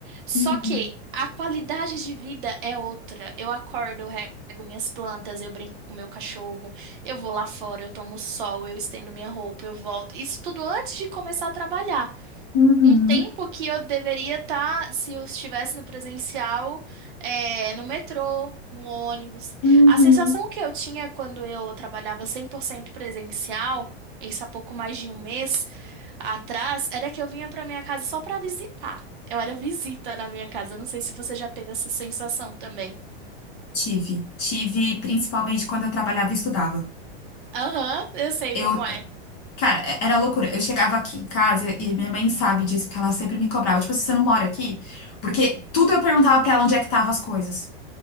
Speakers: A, on the right; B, on the left.
A: Só
B: Uhum,
A: que a qualidade de vida é outra. Eu acordo, eu rego minhas plantas, eu brinco com meu cachorro, eu vou lá fora, eu tomo sol, eu estendo minha roupa, eu volto. Isso tudo antes de começar a trabalhar
B: uhum,
A: um tempo que eu deveria estar, se eu estivesse no presencial, é, no metrô, no ônibus.
B: uhum.
A: A sensação que eu tinha quando eu trabalhava 100% presencial, isso há pouco mais de um mês atrás, era que eu vinha para minha casa só para visitar. Eu era visita na minha casa. Eu Não sei se você já teve essa sensação também.
B: Tive. Tive principalmente quando eu trabalhava e estudava.
A: Aham, eu sei
B: Eu,
A: como é.
B: cara, é- era loucura. Eu chegava aqui em casa e minha mãe sabe disso, porque ela sempre me cobrava. Tipo, assim, você não mora aqui? Porque tudo eu perguntava pra ela onde é que estavam as coisas.